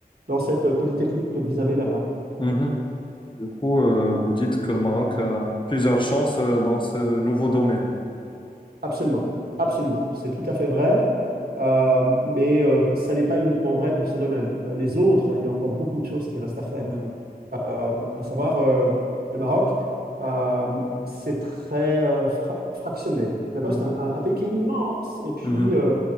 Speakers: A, on the right; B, on the left.
A: dans cette polytechnique que vous avez là-bas.
B: Mhm. Du coup, euh, vous dites que le Maroc a plusieurs chances euh, dans ce nouveau domaine.
A: Absolument, absolument. C'est tout à fait vrai, euh, mais euh, ça n'est pas uniquement vrai pour ce domaine. Euh, les autres, il y a encore beaucoup de choses qui restent à faire
B: Mhm.
A: euh, à savoir euh, le Maroc, euh, c'est très euh, fra fractionné. D'accord?
B: Mhm.
A: C'est un, un, un, pays qui est immense. Et puis,
B: Mhm.
A: euh,